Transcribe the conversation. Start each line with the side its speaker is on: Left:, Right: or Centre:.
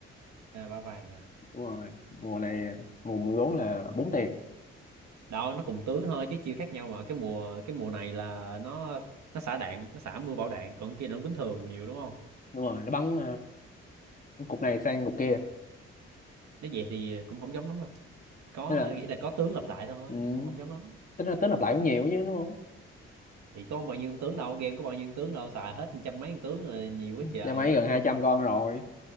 Right: à ba vàng à
Left: đúng rồi mùa này mùa 14 là bốn tiền
Right: đó nó cùng tướng thôi chứ chiêu khác nhau mà cái mùa cái mùa này là nó nó xả đạn nó xả mưa bão đạn còn kia nó bình thường nhiều đúng không
Left: đúng rồi nó bắn ờ, cục này sang cục kia
Right: nếu vậy thì cũng không giống lắm đâu có
Left: thế là
Right: nghĩa là có tướng lặp lại thôi
Left: ừ,
Right: cũng không giống lắm
Left: tính là tính lặp lại cũng nhiều chứ đúng không
Right: thì có bao nhiêu con tướng đâu game có bao nhiêu con tướng đâu xài hết trăm mấy con tướng rồi nhiều quá trời
Left: nhà máy gần 200 con rồi